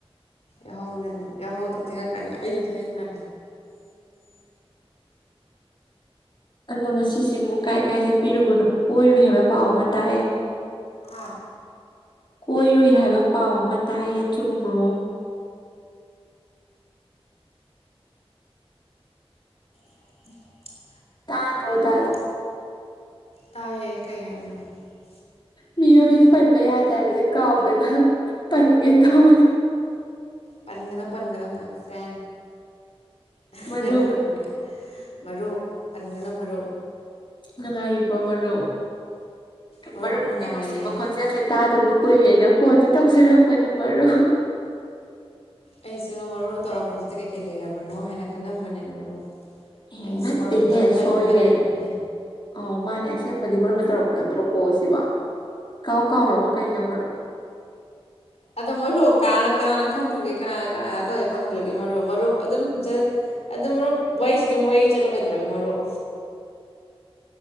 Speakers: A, on the left (about 85°); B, on the left (about 50°).
A: ꯌꯥꯍꯧ ꯉꯟ ꯌꯥꯍꯧꯗꯣ ꯊꯦꯡꯉꯛꯀꯅꯤ ꯑꯩꯖꯨ ꯊꯦꯡꯉꯛꯀꯅꯤ <inaudible>
B: ꯑ ꯑꯗꯣ ꯉꯁꯤꯁꯤꯕꯨ ꯀꯥꯏ ꯀꯥꯏ ꯆꯠꯄꯤꯔꯨꯕꯅꯣ ꯀꯣꯏꯔꯨꯏ ꯍꯥꯏꯕ ꯄꯥꯎ ꯑꯃ ꯇꯥꯏ
A: ꯍꯥꯥ
B: ꯀꯣꯏꯔꯨꯏ ꯍꯥꯏꯕ ꯄꯥꯎ ꯑꯃ ꯇꯥꯏꯌꯦ ꯆꯨꯝꯕ꯭ꯔꯣ
A: <inaudible>
B: ꯇꯥꯗ꯭ꯔꯣ ꯗꯥ
A: ꯀꯣ ꯇꯥꯏꯌꯦ <unintelligible>
B: ꯃꯤ ꯃꯃꯤꯡ ꯄꯟꯕ ꯌꯥꯗꯦ ꯍꯥꯏꯕꯁꯦ ꯀꯥꯎꯗꯅ ꯄꯟꯒꯦ ꯇꯧꯋꯦ
A: ꯄꯟꯒꯅꯣ ꯄꯟꯒꯅꯣ ꯃꯥꯏ ꯐ꯭ꯔꯦꯟ <unintelligible>
B: ꯃꯔꯨꯞ
A: ꯃꯔꯨꯞ ꯄꯟꯒꯅꯣ ꯃꯔꯨꯞ
B: ꯅꯨꯡꯉꯥꯏꯔꯤꯕ꯭ꯔꯣ ꯃꯔꯨꯞ
A: ꯃꯔꯨꯞ
B: ꯃꯔꯨꯞꯒꯤ
A: ꯅꯨꯡꯉꯥꯏꯔꯤꯌꯦ
B: ꯅꯨꯡꯁꯤꯕ ꯈꯣꯟꯖꯦꯜꯁꯦ ꯇꯥꯗꯕ ꯀꯨꯏꯌꯦꯅ ꯐꯣꯟꯁꯦ ꯇꯧꯖꯔꯛꯄ ꯄꯅꯦ ꯃꯔꯨꯞ
A: ꯑꯩꯁꯨ ꯃꯔꯨꯞꯅ ꯇꯧꯔꯛꯄꯁꯤꯗ ꯀꯩ ꯀꯩ ꯂꯩꯔꯕꯅꯣ ꯍꯥꯏꯅ ꯈꯜꯂꯝꯕꯅꯦ ꯃꯔꯨꯞ
B: ꯑꯦ
A: ꯑꯩꯁꯨ
B: ꯅꯠꯇꯦꯍꯦ
A: ꯃꯔꯨꯞꯇ ꯇꯧꯅꯤꯡ ꯇꯧꯅꯤꯡꯂꯒ
B: ꯁꯣꯏꯔꯦ
A: ꯂꯩꯔꯝꯕꯅꯦ
B: ꯑꯧ ꯃꯥꯅꯦ ꯑꯁꯦꯡꯕꯗꯤ ꯃꯔꯨꯞꯅ ꯇꯧꯔꯛꯄ ꯅꯠꯇ꯭ꯔꯣ ꯀꯣꯜꯁꯤꯕꯣ ꯏꯀꯥꯎ ꯀꯥꯎꯔꯕ ꯀꯩꯅꯣ ꯃꯔꯨꯞ
A: ꯑꯗꯣ ꯃꯔꯨꯞ ꯀꯅꯥꯅ ꯀꯅꯅ ꯈꯪꯗꯨꯔꯤꯒꯦ ꯀꯅꯥꯅ ꯀꯅꯥꯗ ꯇꯧꯑꯦ ꯈꯪꯗꯨꯔꯤꯒꯦ ꯃꯔꯨꯞ ꯃꯔꯨꯞ ꯑꯗꯨꯝ ꯖꯁ ꯑꯗꯨꯝ ꯃꯔꯨꯞ ꯋꯥꯔꯤꯁꯤꯗ ꯋꯥꯔꯤ ꯆꯠꯂꯣ ꯀꯩꯗꯧꯔꯒꯦ ꯃꯔꯨꯞ